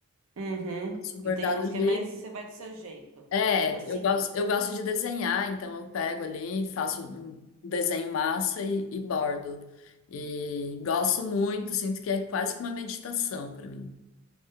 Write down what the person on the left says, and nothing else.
Faço bordado
livre.
É,
eu gosto eu gosto de desenhar, então eu pego ali, faço um desenho massa e, e bordo. E gosto muito, sinto que é quase que uma meditação pra mim.